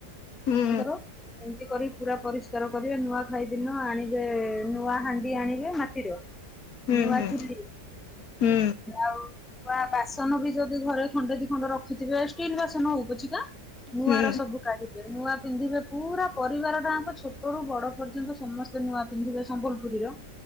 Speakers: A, on the left (about 65°); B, in the centre.
A: ହୁଁ
B: ତାଙ୍କର ଏମିତି କରି ପୁରା ପରିଷ୍କାର କରିବେ, ନୂଆ ଖାଇଦିନ ଆଣିବେ, ନୂଆ ହାଣ୍ଡି ଆଣିବେ, ମାଟିର
A: ହୁଁ
B: ନୂଆ
A: ହୁଁ
B: ଚୁଲି
A: ହୁଁ
B: ଆଉ ବା ବାସନ ବି ଯଦି ଘରେ ଖଣ୍ଡେ ଦି ଖଣ୍ଡ ରଖିଥିବେ ଷ୍ଟିଲ୍ ବାସନ ହଉ ପଛିକା ନୂଆର
A: ହୁଁ
B: ସବୁ କାଢିବେ ନୂଆ ପିନ୍ଧିବେ ପୁରା ପରିବାର ଟାଙ୍କ ଛୋଟରୁୁ ବଡ ପର୍ଯ୍ୟନ୍ତ ସମସ୍ତେ ନୂଆ ପିନ୍ଧିବେ ସମ୍ବଲପୁରୀର।